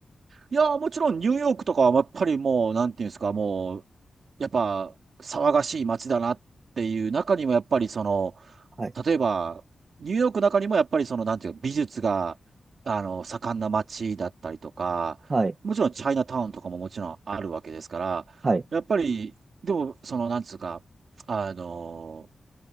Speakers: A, on the right; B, on the right.
A: いやー、もちろんニューヨークとかはやっぱりもう、なんていうんですか、もう、やっぱ騒がしい街だなっていう中にもやっぱりその、
B: はい。
A: 例えば、ニューヨークの中にもやっぱりその、なんていうか、美術が、あの、盛んな街だったりとか、
B: はい。
A: もちろんチャイナタウンとかももちろんあるわけですから、
B: はい。
A: やっぱり、でも、その、なんつうか、あの、